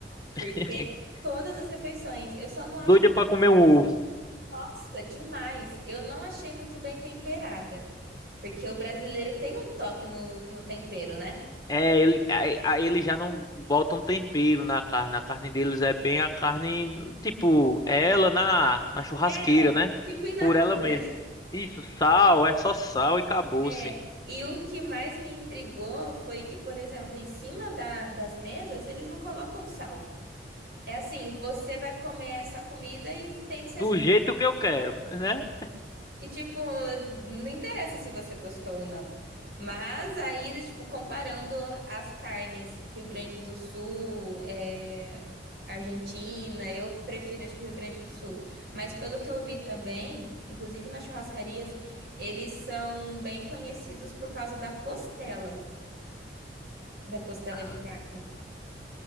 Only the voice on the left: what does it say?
<laughs>
doida
pra comer um ovo.
É, ele, aí, aí eles já não botam tempero na carne. A carne deles é bem a carne, tipo, é ela na, na churrasqueira,
né?
Por ela mesmo. Isso, sal, é só sal e acabou-se.
Do
jeito que eu quero, <laughs> né?
Ah.